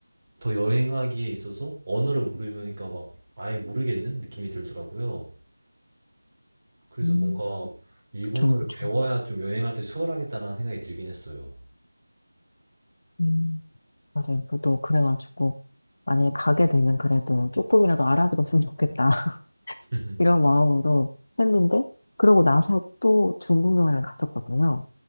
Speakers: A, on the right (about 25°); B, on the left (about 40°).
A: 더 여행하기에 있어서 언어를 모르니까 막 아예 모르겠는 느낌이 들더라고요. 그래서
B: 음,
A: 뭔가 일본어를
B: 좀, 좀,
A: 배워야 좀 여행할 때 수월하겠다라는 생각이 들긴 했어요.
B: 음. 맞아요. 저도 그래가지고, 만약에 가게 되면 그래도 조금이라도 알아들었으면 좋겠다. <laughs>
A: <laughs>
B: 이런 마음으로 했는데, 그러고 나서 또 중국 여행을 갔었거든요.